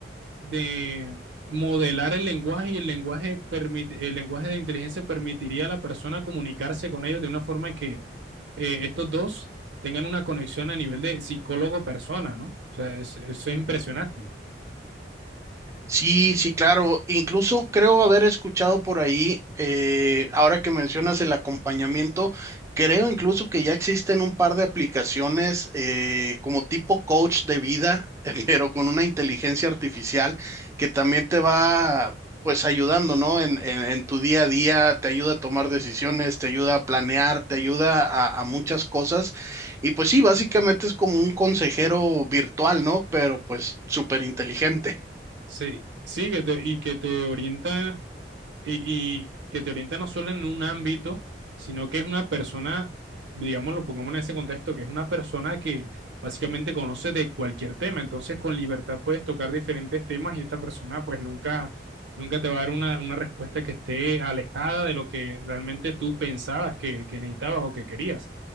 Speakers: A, on the right; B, on the right.
A: de modelar el lenguaje y el lenguaje, permite, el lenguaje de la inteligencia permitiría a la persona comunicarse con ellos de una forma que eh, estos dos tengan una conexión a nivel de psicólogo-persona, ¿no? O sea, es- eso es impresionante.
B: Sí, sí, claro. Incluso creo haber escuchado por ahí, eh, ahora que mencionas el acompañamiento, creo incluso que ya existen un par de aplicaciones eh, como tipo coach de vida, <laughs> pero con una inteligencia artificial que también te va pues ayudando, ¿no? En, en- en tu día a día, te ayuda a tomar decisiones, te ayuda a planear, te ayuda a, a muchas cosas. Y pues sí, básicamente es como un consejero virtual, ¿no? Pero pues súper inteligente.
A: Sí, sí, que te, y que te orienta y, y que te orienta no solo en un ámbito, sino que es una persona, digamos, lo pongamos en ese contexto, que es una persona que básicamente conoce de cualquier tema, entonces con libertad puedes tocar diferentes temas y esta persona pues nunca, nunca te va a dar una, una respuesta que esté alejada de lo que realmente tú pensabas que, que necesitabas o que querías.